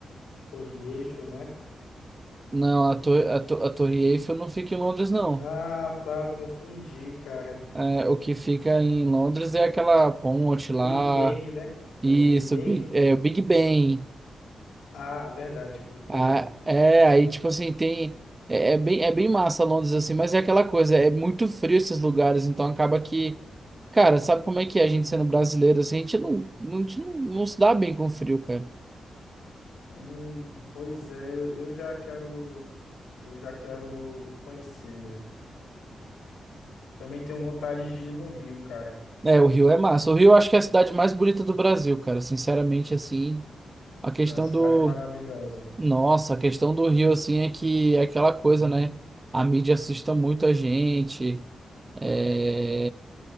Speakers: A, on the left; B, on the right.
A: A Torre Eiffel, né?
B: não, a, to a, to a Torre Eiffel não fica em Londres, não.
A: Ah, tá, eu confundi, cara.
B: É, o que fica em Londres é aquela ponte lá,
A: Big Bang, né?
B: isso,
A: É o Big Bang.
B: Big, é, o Big Ben.
A: Ah, verdade, perdão.
B: Ah, é, aí tipo assim, tem. É, é bem, é bem massa Londres assim, mas é aquela coisa, é muito frio esses lugares, então acaba que. Cara, sabe como é que é a gente sendo brasileiro assim? A gente não, não, a gente não, não se dá bem com o frio, cara.
A: Hum, pois é, eu eu já quero, eu já quero conhecer mesmo. Também tenho vontade de ir no Rio, cara.
B: É, o Rio é massa. O Rio eu acho que é a cidade mais bonita do Brasil, cara, sinceramente assim. A questão
A: É uma cidade
B: do
A: maravilhosa.
B: Nossa, a questão do Rio, assim, é que é aquela coisa, né? A mídia assusta muito a gente. é,